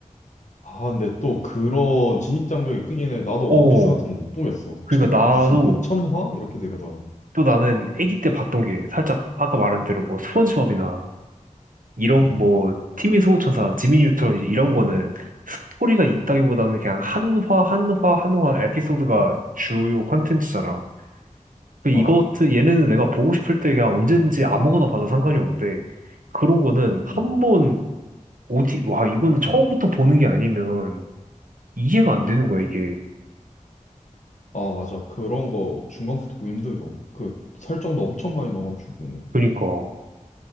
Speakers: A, on the left; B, on the right.
A: 아, 근데 또 그런 진입장벽이 크긴 해. 나도
B: 어.
A: 원피스 같은 거 못 보겠어.
B: 그러니까
A: 천,
B: 나도,
A: 무슨 몇천 화? 이렇게 되거든.
B: 또 나는 아기 때 봤던 게, 살짝, 아까 말한 대로 뭐, 스펀지밥이나, 이런
A: 음,
B: 뭐 티미 소호천사, 지미 뉴트론 이제 이런 거는 스토리가 있다기보다는 그냥 한화 한화 한화 에피소드가 주요 컨텐츠잖아. 그 이것
A: 맞아.
B: 얘네는 내가 보고 싶을 때 그냥 언제든지 아무거나 봐도 상관이 없는데 그런 거는 한
A: 음.
B: 번 오지 와 이거는 처음부터 보는 게 아니면 이해가 안 되는 거야 이게.
A: 아, 맞아. 그런 거 중간부터 보기 힘들어. 그 설정도 엄청 많이 넣어가지고.
B: 그러니까